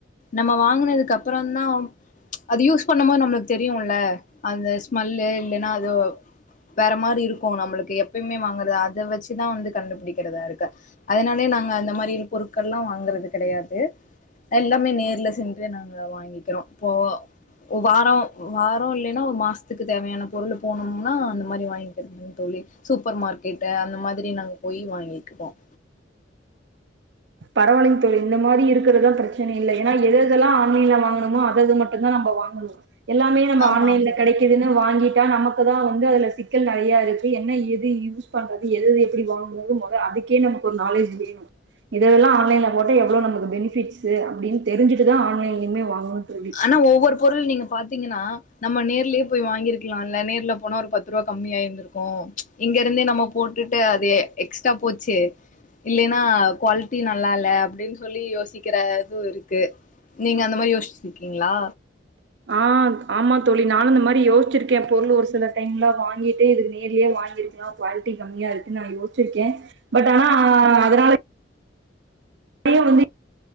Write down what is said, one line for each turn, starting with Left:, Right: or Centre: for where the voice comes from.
Left: நம்ம வாங்கினதுக்கு அப்புறம் தான் அது யூஸ் பண்ணும் போது நம்மளுக்கு தெரியுல் ல அந்த ஸ்மெல்லு இல்லன்னா அது வேற மாதிரி இருக்கும் நம்மளுக்கு எப்பயுமே வாங்குறது அதை வச்சுதான் வந்து கண்டுபிடிக்கிறதா இருக்கு அதனாலயே நாங்க அந்த மாரியான பொருட்கள்ல்லாம் வாங்கறது கிடையாது எல்லாமே நேர்ல சென்று நாங்க வாங்கிக்கிறோம் இப்போ வாரோம் வாரோம் இல்லைன்னா ஒரு மாசத்துக்கு தேவையான பொருள் போனும்னா அந்த மாதிரி வாங்கிக்கறதுங்க தோழி சூப்பர் மார்க்கெட் அந்த மாதிரி நாங்க போய் வாங்கிக்குவோம்
Right: பரவாலிங் தோழி இந்த மாதிரி இருக்கிறதுதான் பிரச்சனை இல்லை ஏன்னா எததெல்லாம் ஆன்லைன்ல வாங்கரமோ அதது மட்டுந்தான் நம்ப வாங்கனும் எல்லாமே நம்ம
Left: ஆமா
Right: ஆன்லைன்ல
Left: ஆமா
Right: கிடைக்குதுன்னு வாங்கிட் டா நமக்கு தான் வந்து அதுல சிக்கல் நிறையா இருக்கு என்ன எது யூஸ் பண்றது எதது எப்படி வாங்கறது முதல் அதுக்கே நமக்கு ஒரு நாலேஜ் வேணும் இதெல்லாம் ஆன்லைன்ல போட்ட எவ்வளவு நமக்கு பெனிபிட்ஸு அப்படின் தெரிஞ்சுட்டுதான் ஆன்லயுமே வாங்கணும் தோழி
Left: ஆனா ஒவ்வொரு பொருள் நீங்க பாத்தீங்கன்னா நம்ம நேர்லயே போய் வாங்கிருக்கலால்ல நேர்ல போனா ஒரு பத்து ரூபா கம்மியாயிந்ருக்கும் இங்க இருந்தே நம்ம போன் போட்டுட்டு அது எக்ஸ்ட்ரா போச்சு இல்லலைன்னா குவாலிட்டி நல்லா இல்ல அப்படின்னு சொல்லி யோசிக்கிற இதுவும் இருக்கு நீங்க அந்த மாரி யோசிச்சிருக்கீங்களா
Right: ஆந் ஆமா தோழி நானு அந்த மாரி யோசிச்சிருக்கே பொருளு ஒரு சில டைம்ல வாங்கிட்டு இதுகு நேர்லியே வாங்கி ருக்லா குவால்ட்டி கம்மியா இருக்குன் நா யோச்சிருக்கே பட் ஆனா அதனால ப்பையு வந்து